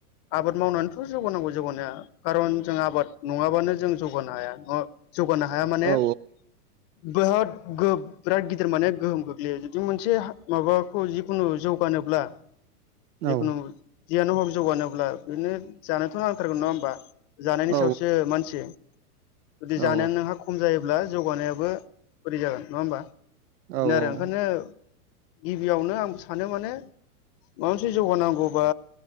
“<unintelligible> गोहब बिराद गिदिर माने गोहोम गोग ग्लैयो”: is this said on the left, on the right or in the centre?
Left